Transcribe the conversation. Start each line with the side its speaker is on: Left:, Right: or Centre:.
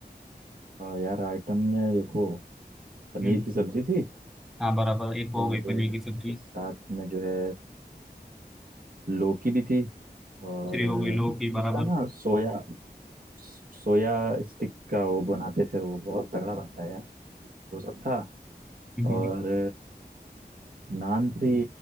Right: यार आइटम में देखो पनीर
Centre: हम्म
Right: की सब्जी थी
Centre: हाँ बराबर एक हो
Right: और
Centre: गई पनीर की सब्जी
Right: उसके साथ में जो है लौकी भी थी और
Centre: दूसरी हो गई लौकी बराबर
Right: उसका ना सोया सोया स्टिक का वो बनाते थे वो बहुत तगड़ा बनता है यार वो सब था
Centre: हम्म,
Right: और नान थी